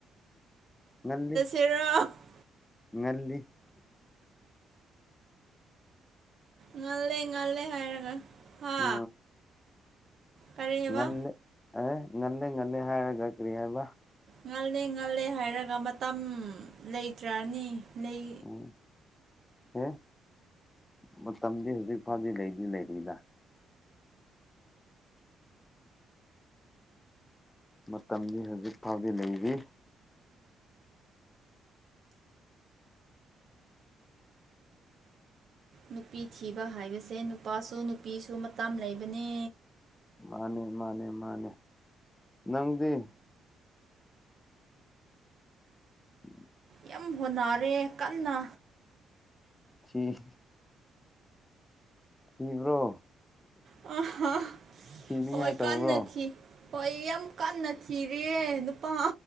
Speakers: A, on the left; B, on the right.
A: ꯉꯜꯂꯤ꯫
B: <unintelligible>
A: ꯉꯜꯂꯤ꯫
B: ꯉꯥꯜꯂꯦ ꯉꯥꯜꯂꯦ ꯍꯥꯏꯔꯒ ꯍꯥ
A: ꯑ
B: ꯀꯔꯤ ꯍꯥꯏꯕ
A: ꯉꯜꯂꯦ ꯑꯦ-ꯉꯜꯂꯦ-ꯉꯜꯂꯦ ꯍꯥꯏꯔꯒ ꯀꯔꯤ ꯍꯥꯏꯕ?
B: ꯉꯜꯂꯦ-ꯉꯥꯜꯂꯦ ꯍꯥꯏꯔꯒ ꯃꯇꯝ ꯂꯩꯇ꯭ꯔꯅꯤ ꯂꯩ
A: ꯎꯝ ꯑꯦ ꯃꯇꯝꯗꯤ ꯍꯧꯖꯤꯛ ꯐꯥꯎꯗꯤ ꯂꯩꯗꯤ-ꯂꯩꯔꯤꯗ꯫ ꯃꯇꯝꯗꯤ ꯍꯧꯖꯤꯛ ꯐꯥꯎꯗꯤ ꯂꯩꯔꯤ꯫
B: ꯅꯨꯄꯤ ꯊꯤꯕ ꯍꯥꯏꯕꯁꯦ ꯅꯨꯄꯥꯁꯨ ꯅꯨꯄꯤꯁꯨ ꯃꯇꯝ ꯂꯩꯕꯅꯦ꯫
A: ꯃꯥꯅꯦ-ꯃꯥꯅꯦ-ꯃꯥꯅꯦ ꯅꯪꯗꯤ? <inaudible>
B: ꯌꯥꯝ ꯍꯣꯠꯅꯔꯦ ꯀꯟꯅ꯫
A: ꯁꯤ꯫ ꯊꯤꯈ꯭ꯔꯣ
B: ꯑꯍꯥ
A: ꯊꯤꯅꯤꯡꯉꯥꯏ
B: ꯍꯣꯏ
A: ꯇꯧꯉ꯭ꯔꯣ꯫
B: ꯀꯟꯅ ꯊꯤ ꯍꯣꯏ ꯑꯩ ꯌꯥꯝ ꯀꯟꯅ ꯊꯤꯔꯑꯦ ꯅꯨꯄꯥ